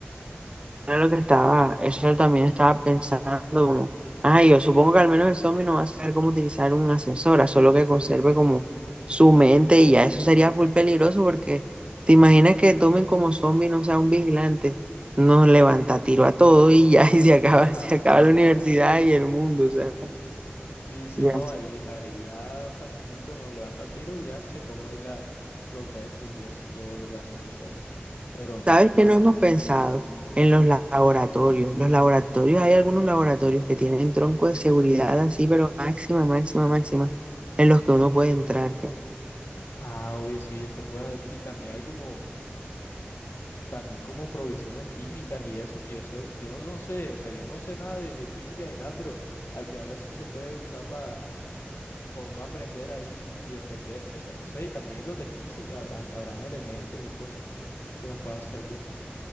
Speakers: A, on the right; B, on the left.
A: Era lo que estaba, eso también estaba pensando como, ah, yo supongo que al menos el zombie no va a saber cómo utilizar una ascensora, solo que conserve como su mente y ya eso sería full peligroso porque te imaginas que tomen como zombie, no sea un vigilante, nos levanta tiro a todo y ya <laughs> y se
B: <laughs>
A: acaba,
B: Ajá,
A: se acaba
B: pues
A: la universidad y el mundo, o sea,
B: Y si
A: ya.
B: no, ahí, ahí ya facilito, nos levanta tiros y ya se come ahí la, los restos y eso, todo lo que hacen los zombies. Pero no,
A: ¿Sabes
B: no.
A: qué no hemos pensado? En los laboratorios. Los laboratorios, hay algunos laboratorios que tienen tronco de seguridad así, pero máxima, máxima, máxima, en los que uno puede entrar ya.
B: Ah, obvio, sí, eso es bueno. Y también hay como, también como provisiones químicas y eso, que yo sé, yo no sé, o sea, yo no sé nada de, de química ni nada, pero al final eso se puede usar para uno aprender ahí y defenderse, no sé, y también los de física, habrán, habrán elementos y cosas que nos puedan servir. <laughs>